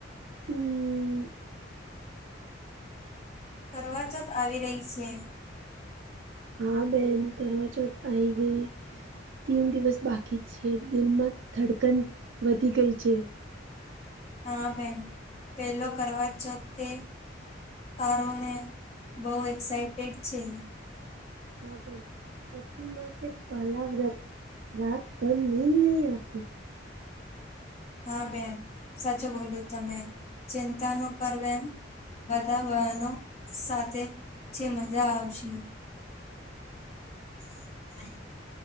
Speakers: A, on the right; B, on the left.
A: હમ્મ.
B: કરવાચોથ આવી રહી છે.
A: હા, બેન કરવાચોથ તો આઈ ગઈ. તીન દિવસ બાકી છે. દિલમાં ધડકન વધી ગઈ છે.
B: હા બેન. પેલો કરવાચોથ તે તારોને બહુ એક્સાઈટેડ છે.
A: હા બેન. પતિ માટે પહલા વ્રત રાતભર નીંદ નહી આવતી.
B: હા બેન. સાચું બોલ્યું તમે. ચિંતા નો કર બેન. બધા બહનો સાથે છે. મજા આવશે. <unintelligible>